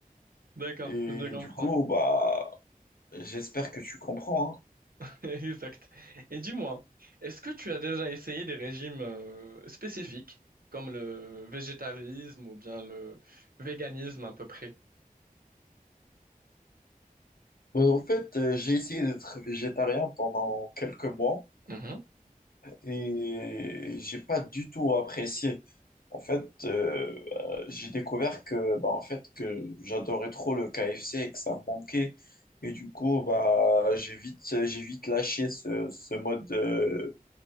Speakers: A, on the right (about 75°); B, on the left (about 75°).
A: D'accord,
B: Et
A: je comprends.
B: du coup, bah, j'espère que tu comprends, hein.
A: <laughs> Exact. Et dis-moi, est-ce que tu as déjà essayé des régimes euh, spécifiques, comme le végétarisme ou bien le véganisme à peu près?
B: Bah, en fait, euh, j'ai essayé d'être végétarien pendant quelques mois
A: Mhm,
B: et j'ai pas du tout apprécié. En fait, euh, euh, j'ai découvert que, bah, en fait, que j'adorais trop le KFC et que ça me manquait. Et du coup, bah, j'ai vite, j'ai vite lâché ce, ce mode, euh,